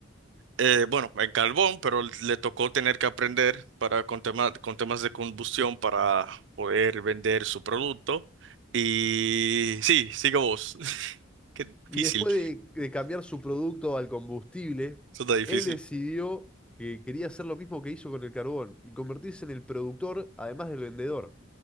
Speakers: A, on the right; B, in the centre.
A: Eh, bueno, en carbón, pero le tocó tener que aprender para con tema- con temas de combustión para poder vender su producto. Y sí, sigo vos. <laughs> Qué
B: Y
A: difícil,
B: después de, de cambiar su producto al combustible,
A: eso está difícil.
B: él decidió que quería hacer lo mismo que hizo con el carbón y convertirse en el productor además del vendedor.